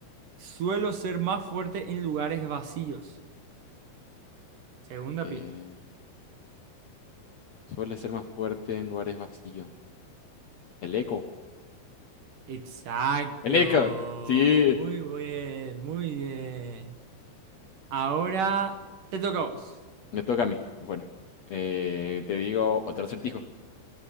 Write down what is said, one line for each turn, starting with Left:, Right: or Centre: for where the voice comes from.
Right: Suelo ser más fuerte en lugares vacíos. Segunda
Left: Eh,
Right: pista.
Left: suele ser más fuerte en lugares vacíos. El eco.
Right: Exacto.
Left: El eco. Sí.
Right: Muy bien, muy bien. Ahora te toca a vos.
Left: Me toca a mí. Bueno, eh, te digo otro acertijo.